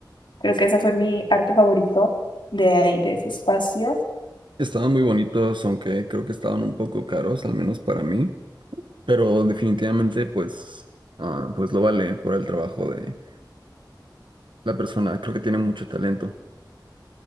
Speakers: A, on the left; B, on the right.
A: creo que esa fue mi arte favorito de ahí, de ese espacio.
B: Estaban muy bonitos, aunque creo que estaban un poco caros, al menos para mí, pero definitivamente pues, ah, pues lo vale por el trabajo de la persona. Creo que tiene mucho talento.